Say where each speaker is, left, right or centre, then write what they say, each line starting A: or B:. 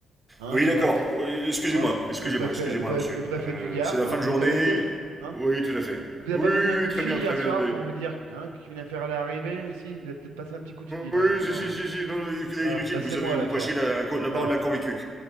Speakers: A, on the right; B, on the right.
A: Hein,
B: Oui,
A: j'aimerais
B: d'accord.
A: que.
B: Euh, Excusez-moi,
A: Hein,
B: excusez-moi,
A: le préfet,
B: excusez-moi,
A: le préf-
B: monsieur.
A: le préfet
B: Euh,
A: du Gard,
B: c'est la
A: hein,
B: fin
A: vous
B: de journée.
A: le connaissez? Hein?
B: Oui, tout à fait.
A: Il vous a
B: Oui,
A: pas passé
B: oui,
A: un coup
B: oui, très
A: de fil
B: bien,
A: hier
B: très bien.
A: soir pour vous dire hein, qu'une affaire allait arriver ici? Il Vous avez peut-être passé un petit coup de fil,
B: Oui,
A: hein, il me semble.
B: si, si, si, si, non, non, inutile,
A: Voilà, bah
B: vous
A: c'est
B: avez,
A: moi
B: vous
A: l'affaire.
B: prêchez la, la
A: Voilà,
B: parole d'un convaincu.